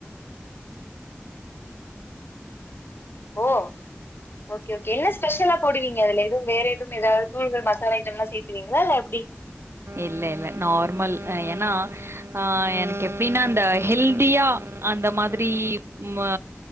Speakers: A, on the left (about 60°); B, on the right (about 85°).
A: ஓ ஓகே ஓகே என்ன ஸ்பெஷலா போடுவீங்க அதுல எதுவு வேற எதுவு ஏதாவது தூள்கள் மசாலா ஐட்டம் எல்லா சேத்தவீங்களா இல்ல எப்டடி
B: இல்ல நார்மல் ஏன்னா ஆ எனக்கு எப்படின்னா அந்த ஹெல்தியா அந்த மாதிரி மா